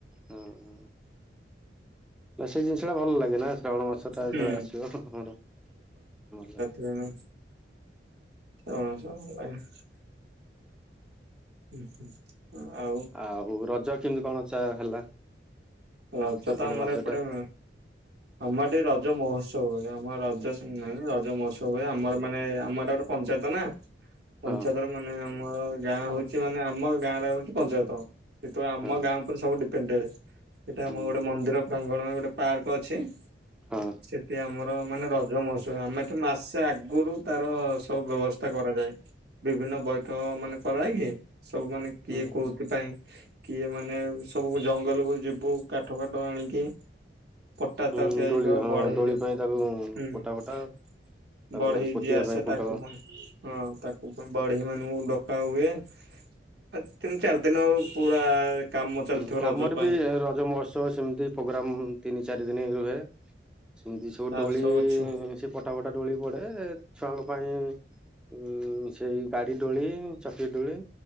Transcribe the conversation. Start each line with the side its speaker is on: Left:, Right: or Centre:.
Centre: ହୁଁ। ଏସବୁ ଜିନିଷଟା ଭଲ ଲାଗେ ନା ଶ୍ରାବଣ ମାସଟା
Right: ହୁଁ
Centre: ଯେତେବେଳେ ଆସିବ ହଁ ହଁ ଆମର ଭଲ ଲାଗେ।
Right: ଫୁଣି <unintelligible> ଉଁ ହୁଁ ହଁ ଆଉ
Centre: ଆଉ ରଜ କିମତି କଣ ଚା ହେଲା?
Right: ରଜ
Centre: ସେପଟେ
Right: ତ ଆମର
Centre: ରଜ
Right: ଏପଟେ
Centre: ଟା
Right: ହୁଁ ଆମର ଟିକେ ରଜ ମହୋତ୍ସବ ହୁଏ ଆମର ରଜ <unintelligible> ରଜ ମହୋତ୍ସବ ହୁଏ ଆମର ମାନେ ଆମ ଏଟା ଗୋଟେ ପଞ୍ଚାୟତ ନା ପଞ୍ଚାୟତର
Centre: ହଁ
Right: ମା ମାନେ ଆମର ଗାଁ ହଉଛି ମାନେ ଆମ ଗାଁରେ ହଉଛି ପଞ୍ଚାୟତ ଯେହେତୁ ଆମ
Centre: ହଁ
Right: ଗାଁ ଉପେରେ ସବୁ ଡି ପେଣ୍ଡେଡେ ହେଇଟା ଆମର
Centre: ହୁଁ
Right: ଗୋଟେ ମନ୍ଦିର
Centre: ହୁଁ
Right: ପ୍ରାଙ୍ଗଣ ଗୋଟେ ପାର୍କ ଅଛି।
Centre: ହଁ।
Right: ସେଠି ଆମର ମାନେ ରଜ ମହୋତ୍ସବ ହୁଏ ଆମେ ତ ମାସେ ଆଗୁରୁ ତାର ସବୁ ବ୍ୟବସ୍ଥା କରାଯାଏ। ବିଭିନ୍ନ ବୈଠକ ମାନେ କରାହେଇକି ସବୁ ମାନେ କିଏ
Centre: ହୁଁ
Right: କୋଉଥିପାଇଁ କିଏ ମାନେ ସବୁ ଜଙ୍ଗଲୁକୁୁ ଯିବୁ। କାଠ ଫାଠ ଆଣିକି ପଟା
Centre: ହୁଁ
Right: ତାକୁ ତିଆରି
Centre: ଦୋଳି
Right: କର
Centre: ହଁ
Right: ବଢେଇ
Centre: ଦୋଳି
Right: ଯୋଉ
Centre: ପାଇଁ ତାକୁ
Right: ହୁଁ।
Centre: ପୋଟା ଫୋଟା ତାପରେ
Right: ବଢେଇ
Centre: ପୋତିବା
Right: ଯିଏ ଆସେ
Centre: ପାଇଁ ଖୁଣ୍ଟ
Right: ତାକୁ ପୁଣି ହଁ ତାକୁ ଫୁଣି ବଢେଇମାନୁଙ୍କୁ ଡକା ହୁଏ। ଏ ତିନ ଚାରି ଦିନ ହବ ପୁରା କାମ ଚାଲିଥିବ
Centre: ହୁଁ
Right: ରଜ
Centre: ଆମର
Right: ପାଇଁ।
Centre: ବି ରଜ ମହୋତ୍ସବ ସିମତି ପୋଗ୍ରାମ୍ ତିନି ଚାରି ଦିନି ରୁହେ। ସେମିତି ସବୁ
Right: ତାପରେ
Centre: ଡୋଳି
Right: ଛୁ
Centre: ସେ ପଟା ଫଟା ଦୋଳି ପଡ଼େ ଛୁଆଙ୍କ ପାଇଁ ଉଁ ସେଇ ଗାଡ଼ି ଡୋଳି ଚକ୍ରି ଡୋଳି।